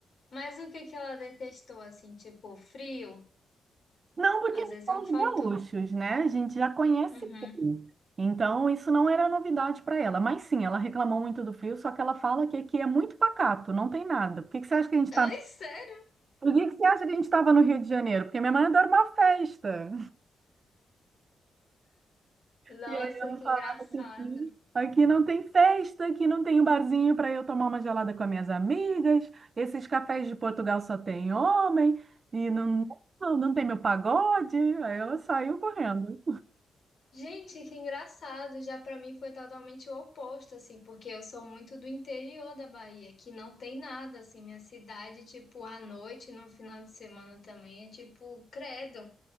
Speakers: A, on the left; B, on the right.
A: Mas o que que ela detestou, assim, tipo, frio?
B: Não, porque
A: Às
B: nós
A: vezes
B: somos
A: é um fator.
B: gaúchos, né? A gente já conhece
A: Uhum.
B: bem. Então, isso não era novidade para ela. Mas sim, ela reclamou muito do frio, só que ela fala que aqui é muito pacato, não tem nada. Por que que você acha que a gente está...
A: Ai, sério?
B: Por que que você acha que a gente estava no Rio de Janeiro? Porque minha mãe adora uma festa.
A: Nossa,
B: E aí ela
A: que
B: falava
A: engraçado.
B: que aqui, aqui não tem festa, aqui não tem um barzinho para eu tomar uma gelada com as minhas amigas. Esses cafés de Portugal só tem homem. E não, não, não tem meu pagode. Aí ela saiu correndo.
A: Gente, que engraçado. Já pra mim foi totalmente o oposto, assim, porque eu sou muito do interior da Bahia, que não tem nada, assim, minha cidade, tipo, à noite, no final de semana também, é tipo, credo.